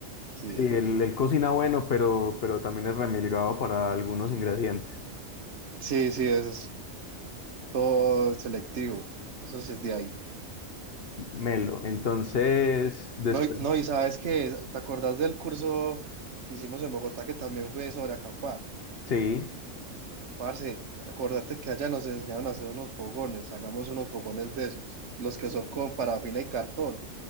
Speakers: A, on the right; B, on the left.
A: Sí,
B: Sí, él, él cocina bueno, pero, pero también es remilgado para algunos ingredientes.
A: sí, sí, eso es todo selectivo. Eso sí es de ahí.
B: Melo. Entonces, después,
A: No, y- no, y sabes que, ¿te acordás del curso que hicimos en Bogotá que también fue sobre acampar?
B: sí,
A: Parce, acordate que allá nos enseñaron a hacer unos fogones, hagamos unos fogones de esos, los que son con parafina y cartón,